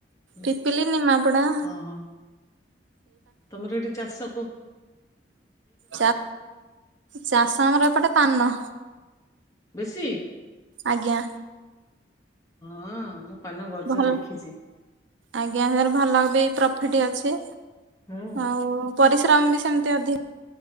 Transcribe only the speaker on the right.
ପିପିଲି ନିମାପଡ଼ା।
ଚା ଚାଷ ଆମର ଏପଟେ ପାନ।
ଆଜ୍ଞା।
ଭଲ
ଆଜ୍ଞା <unintelligible> ର ଭଲ ବି ପ୍ରଫିଟି ଅଛି।
ଆଉ ପରିଶ୍ରମ ବି ସେମିତି ଅଧି